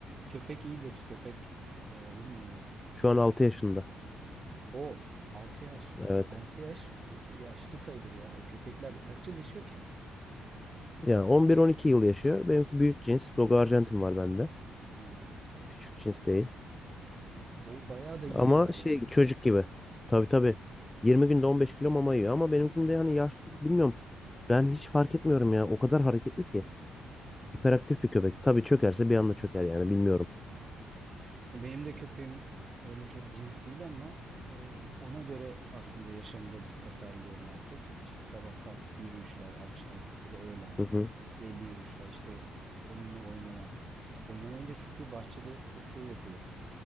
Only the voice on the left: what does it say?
Şu an 6 yaşında.
Evet.
Yani 11-12 yıl yaşıyor. Benimki büyük cins. Dogo Arjantin var bende.
Küçük cins değil.
Ama
şey çocuk gibi. Tabii tabii. 20 günde 15 kilo mama yiyor ama benimkinde hani yaşlılık bilmiyorum. Ben hiç fark etmiyorum ya. O kadar hareketli ki. Hiperaktif bir köpek. Tabii çökerse bir anda çöker yani bilmiyorum.
Hı hı.